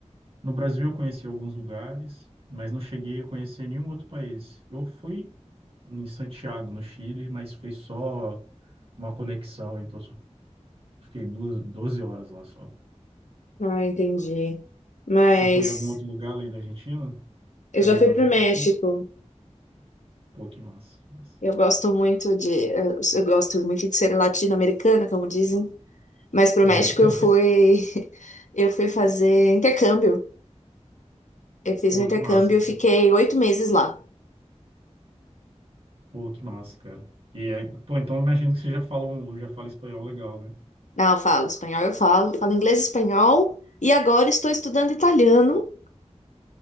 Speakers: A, on the right (about 50°); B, on the left (about 85°).
A: No Brasil eu conheci alguns lugares, mas não cheguei a conhecer nenhum outro país. Eu fui em Santiago, no Chile, mas foi só uma conexão, então Fiquei duas, 12 horas lá só.
B: Ah, entendi. Mas
A: Você foi em algum outro lugar além da Argentina?
B: eu
A: Ali
B: já fui
A: na América
B: pro México.
A: do Sul? Pô, que massa, massa.
B: Eu gosto muito de, eu eu gosto muito de ser latino-americana, como dizem. Mas pro
A: <laughs>
B: México eu fui, <laughs> eu fui fazer intercâmbio. Eu fiz
A: Pô,
B: um intercâmbio,
A: que massa.
B: eu fiquei oito meses lá.
A: Pô, que massa, cara. E aí, pô, então eu imagino que você já fala, um, já fala espanhol legal, né?
B: Não, eu falo espanhol, eu falo, falo inglês, e espanhol e agora estou estudando italiano